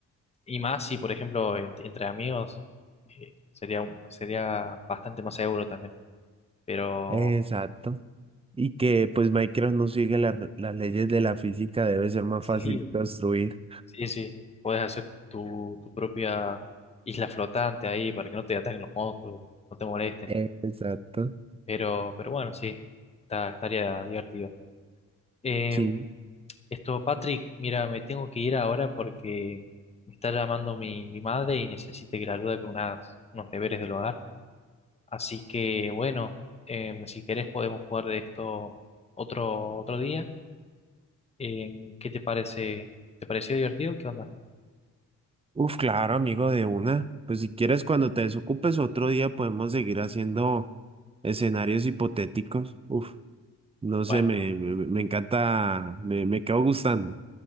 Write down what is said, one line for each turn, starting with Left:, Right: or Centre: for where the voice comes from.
Left: y más si, por ejemplo, en- entre amigos, eh, sería, un- sería bastante más seguro también. Pero,
Right: Exacto. Y que pues Minecraft no sigue la- las leyes de la física, debe ser más
Left: sí,
Right: fácil construir.
Left: sí, sí, puedes hacer tu, tu propia isla flotante ahí para que no te ataquen los monstruos, no te molesten.
Right: Eh, Exacto.
Left: Pero, pero bueno, sí, está- estaría divertido. Eh,
Right: Sí.
Left: esto, Patrick, mira, me tengo que ir ahora porque me está llamando mi, mi madre y necesita que la ayude con unas, unos deberes del hogar. Así que, bueno, eh, si querés podemos jugar de esto otro, otro día. Eh, ¿qué te parece? ¿Te pareció divertido? ¿Qué onda?
Right: Uf, claro, amigo, de una. Pues si quieres, cuando te desocupes otro día podemos seguir haciendo escenarios hipotéticos. Uf, no sé,
Left: Bueno,
Right: me, me, me encanta, me, me quedo gustando.